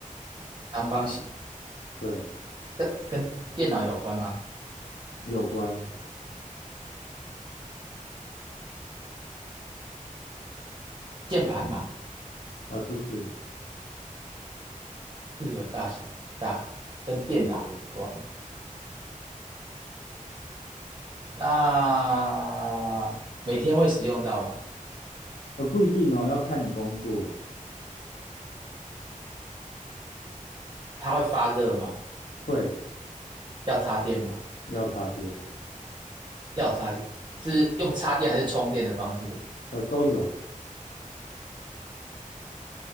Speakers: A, on the right; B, on the left.
A: 长方形
B: 对，
A: 跟跟电脑有关吗？
B: 有关，
A: 键盘吗？
B: 呃，不是，
A: 四个大小大跟电脑有关。那每天会使用到吗？
B: 呃，不一定哦，要看你工作，
A: 它会发热吗？
B: 会
A: 要插电吗？
B: 要插电，
A: 要插电，是用插电还是充电的方式？
B: 呃，都有，